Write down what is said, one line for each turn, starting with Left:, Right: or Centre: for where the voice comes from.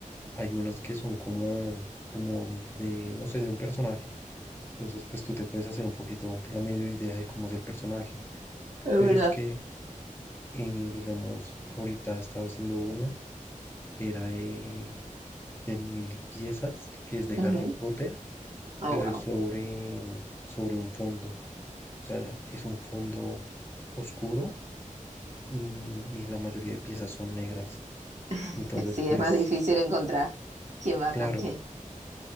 Left: hay unas que son como, como de, no sé, de un personaje. Entonces, pues tú te puedes hacer un poquito la medio idea de cómo es el personaje.
Right: es
Left: Pero
Right: verdad.
Left: es que, eh, digamos, ahorita estaba haciendo uno que era de, de mil piezas, que es de
Right: Ujú.
Left: Harry Potter,
Right: Oh,
Left: pero
Right: wow.
Left: es sobre, sobre un fondo. O sea, es un fondo oscuro y, y la mayoría de piezas son negras.
Right: <laughs>
Left: Entonces,
Right: Sí,
Left: pues,
Right: es más difícil encontrar quién va
Left: claro,
Right: con quién.